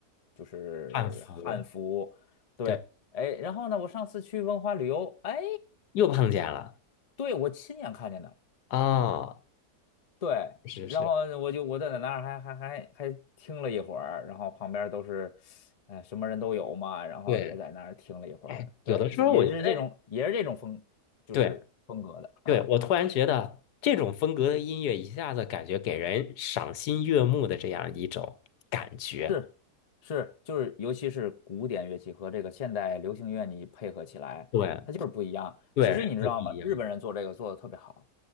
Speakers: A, on the left; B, on the left.
A: 就是汉服。
B: 汉服，
A: 对，
B: 对，
A: 哎，然后呢，我上次去文化旅游，哎，
B: 又碰见了
A: 对，我亲眼看见的，
B: 啊，
A: 对，
B: 是是，
A: 然后我就我在那儿还还还还听了一会儿，然后旁边都是，哎，什么人都有嘛，然后也在那儿听了一会儿，
B: 对，哎，
A: 对，
B: 有的时候我觉得
A: 这也是这种也是这种风，就是风格的啊，
B: 对。对，我突然觉得这种风格的音乐一下子感觉给人赏心悦目的这样一种感觉。
A: 是是，就是尤其是古典乐器和这个现代流行乐你配合起来，
B: 对，
A: 它就是不一样。
B: 对，
A: 其实你知道吗？
B: 是的不一样。
A: 日本人做这个做的特别好。